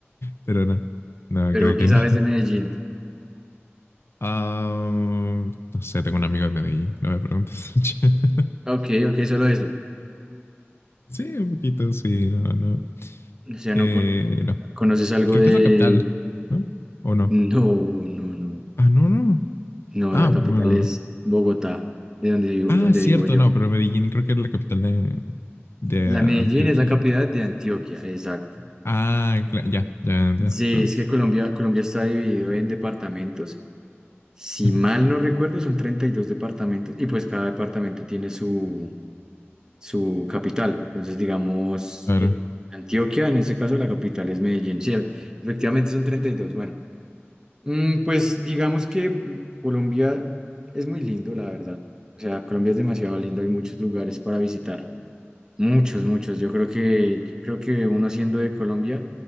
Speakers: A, on the left (about 65°); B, on the right (about 15°).
A: pero no, no,
B: Pero
A: creo
B: ¿qué
A: que
B: sabes
A: no.
B: de Medellín?
A: Ah, no sé, tengo un amigo de Medellín, no me preguntes. <laughs>
B: Ok, ok, solo eso.
A: Sí, un poquito, sí, no, no.
B: O sea,
A: Eh,
B: no cono-
A: no,
B: conoces algo
A: creo
B: de...
A: que es la capital, ¿no? ¿O no?
B: No, no, no.
A: Ah, no, no. no.
B: No,
A: Ah,
B: la capital
A: bueno.
B: es Bogotá, de donde vivo,
A: Ah,
B: donde
A: es cierto,
B: vivo yo.
A: no, pero Medellín creo que es la capital de, de
B: La
A: Antioquia.
B: Medellín es la capital de Antioquia, exacto.
A: Ah, cla- ya, ya, ya,
B: Sí,
A: entonces.
B: es que Colombia, Colombia está dividido en departamentos Si
A: Ujú,
B: mal no recuerdo, son 32 departamentos y pues cada departamento tiene su, su capital. Entonces, digamos,
A: Claro.
B: eh, Antioquia, en ese caso, la capital es Medellín. Sí, efectivamente son treinta y dos Bueno, mm, pues digamos que mm, Colombia es muy lindo, la verdad. O sea, Colombia es demasiado lindo, hay muchos lugares para visitar. Muchos, muchos. Yo creo que, yo creo que uno siendo de Colombia,